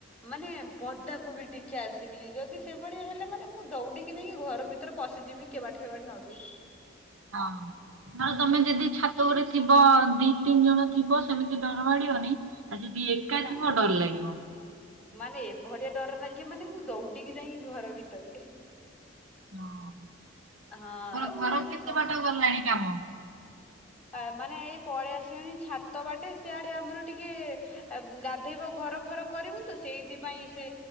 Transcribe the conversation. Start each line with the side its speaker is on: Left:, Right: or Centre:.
Centre: ମାନେ ପଦାକୁ ବି ଟିକେ ଆସିମିନି ଯଦି ସେପଟେ ହେଲେ ମାନେ ମୁଁ ଦଉଡିକି ଯାଇକି ଘର ଭିତରେ ପଶିଯିମି କେବାଟ କେବାଟ ନଦେଇ
Right: ହଁ ହଁ ତମେ ଯଦି ଛାତ ଘରେ ଥିବ ଦି ତିନି ଜଣ ଥିବ ସେମି ତି ଡର ମାଡିବନି ଆ ଯଦି ଏକା
Centre: ନା
Right: ଥିବ ଡର ଲାଗିବ।
Centre: ମାନେ ଏଭଳିଆ ଡର ଲାଗିବ ମାନେ ମୁଁ ଦୌଡିକି ଯାଇକି ଘର ଭିତରେ।
Right: ହଁ ତମର
Centre: ହଁ ଆଉ
Right: ଘର
Centre: ଯୋଉ
Right: କେତେ
Centre: ନ
Right: ବାଟ ଗଲାଣି କାମ?
Centre: ଆ ମାନେ ଏଇ ପଳେଇ ଆସିଲାଣି ଛାତ ବାଟେ ସିଆଡେ ଆମର ଟିକେ ଆ ଗାଧେଇ ବକୁ ଘର ଫର କରିବୁ ତୁ ସେଇଥିପାଇଁ ସେ